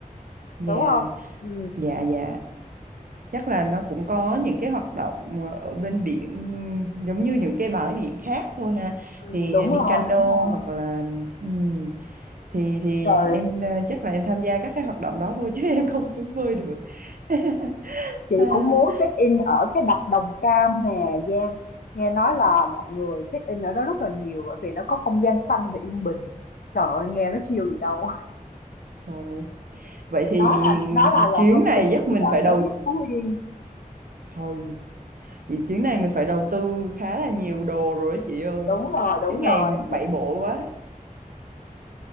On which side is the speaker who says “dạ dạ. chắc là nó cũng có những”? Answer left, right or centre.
Right